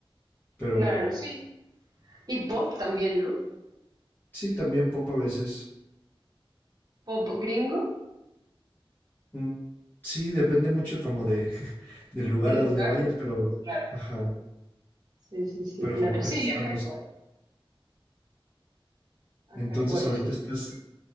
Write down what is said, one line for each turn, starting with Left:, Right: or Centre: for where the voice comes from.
Left: Pero
Right: claro, sí. Y pop también, ¿no?
Left: sí, también pop a veces.
Right: Pop gringo
Left: Mm, Sí, depende mucho como de, <laughs> del lugar
Right: del
Left: a
Right: lugar.
Left: donde vayas, pero,
Right: Claro.
Left: ajá,
Right: Sí, sí, sí,
Left: pero
Right: claro.
Left: como que
Right: Sí,
Left: esa es
Right: acá
Left: la música.
Right: igual. Acá
Left: Entonces
Right: igual.
Left: ahorita
Right: Yo siento
Left: estás,
Right: que,